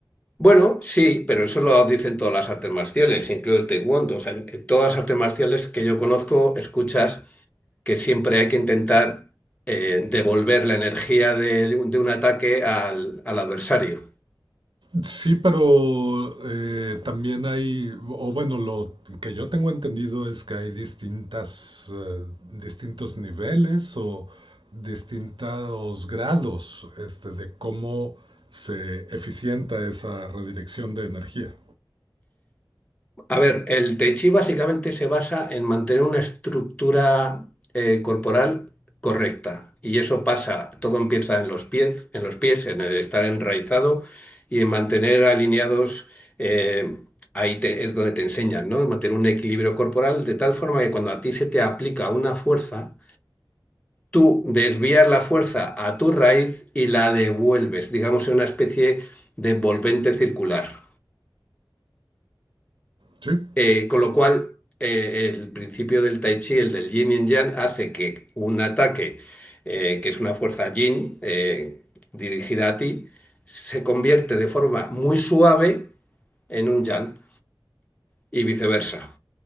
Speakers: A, on the left; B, on the right.
A: Bueno, sí, pero eso lo dicen todas las artes marciales, incluido el taekwondo. O sea, en en todas las artes marciales que yo conozco, escuchas que siempre hay que intentar eh, devolver la energía del- de, un ataque al, al adversario.
B: Sí, pero eh, también hay, o bueno, lo que yo tengo entendido es que hay distintas, eh, distintos niveles o distintos grados, este, de cómo se eficienta esa redirección de energía.
A: A ver, el Tai Chi básicamente se basa en mantener una estructura eh, corporal correcta. Y eso pasa, todo empieza en los pies, en los pies, en el estar enraizado y en mantener alineados, eh, ahí te- es donde te enseñan, ¿no? Mantener un equilibrio corporal de tal forma que cuando a ti se te aplica una fuerza, tú desvías la fuerza a tu raíz y la devuelves, digamos, en una especie de envolvente circular.
B: ¿Sí?
A: Eh, con lo cual, eh, el principio del Tai Chi, el del Yin y Yang, hace que un ataque, eh, que es una fuerza Yin, eh, dirigida a ti, se convierte de forma muy suave en un Yang y viceversa.